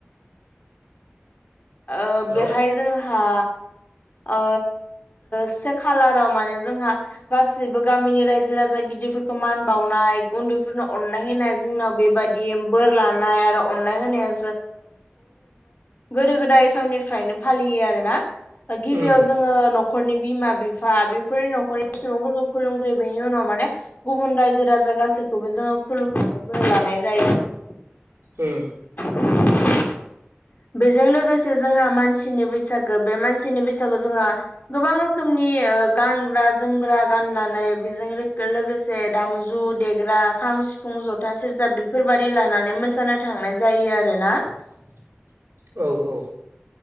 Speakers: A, on the left; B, on the right.
A: ओ
B: हेलौ
A: बेहाय जोंहा। ओ से खालाराव माने जोंहा गासैनिबो गामिनि रायजो राजा गिदिर। उन्दैफोरखौ मान बावनाय उन्दैफोरनो अननाय होनाय जोंनाव बेबायदि बोर लानाय आरो अननाय। <unintelligible> गोदो गोदाय समनिफ्रायनो फालियो आरोना
B: उम
A: गिबियाव जोङो न'खरनि बिमा बिफा बेफोरनि न'खरनि सुबुंफोरखौ खुलुमग्रो बेनि उनाव माने गुबुन रायजो राजा गासैखौबो जोङो खुलुमनानै ब लानाय जायो आरो।
B: उम।
A: <inaudible> बेजों लोगोसे जोंहा मानसिनि बैसागो बे मानसिनि बैसागु जोंहा गोबां रोखोमनि गानग्रा जोमग्रा गाननानै बेजों लोगोसे दामजु देग्रा खाम, सिफुं, जथा, सेरजा बेफोरबायदि लानानै मोसानो थांनाय जायो आरोना।
B: <unintelligible> औ-औ।